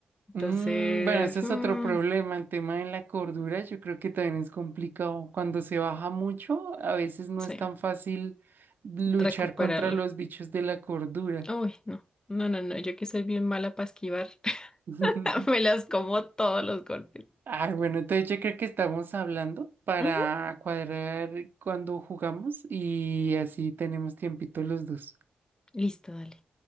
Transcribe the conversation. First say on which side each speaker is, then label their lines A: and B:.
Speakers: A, on the left; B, on the right.
A: Entonces,
B: Mm, bueno, ese es
A: mm,
B: otro problema. El tema de la cordura, yo creo que también es complicado. Cuando se baja mucho, a veces no
A: sí.
B: es tan fácil luchar
A: recuperarla.
B: contra los bichos de la cordura.
A: Uy, no, no, no, no, yo que soy bien mala para esquivar, <laughs>
B: <laughs>
A: me las como todos los golpes.
B: Ah, bueno, entonces yo creo que estamos hablando para
A: Ujú.
B: cuadrar cuando jugamos y así tenemos tiempito los dos.
A: Listo, dale.